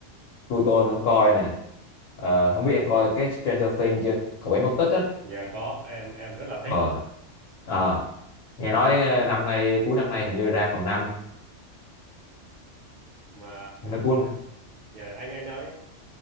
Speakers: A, on the left; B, on the right.
A: Pluto anh cũng coi nè Ờ, không biết em coi cái Stranger Things chưa cậu bé mất tích á
B: dạ có em em rất là thích.
A: ờ à, nghe nói
B: Nó-
A: ờ, năm nay cuối năm nay hình như ra phần năm
B: Mà
A: nó cuối
B: dạ anh anh nói